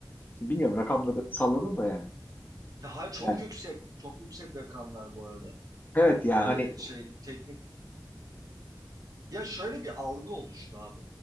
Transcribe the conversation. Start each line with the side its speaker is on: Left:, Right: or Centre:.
Left: Şimdi bilmiyorum rakamları salladım da yani.
Right: Ya çok
Left: Yani
Right: yüksek. Çok yüksek rakamlar bu arada.
Left: evet ya
Right: e,
Left: hani
Right: şey teknik. Ya şöyle bir algı oluştu abi.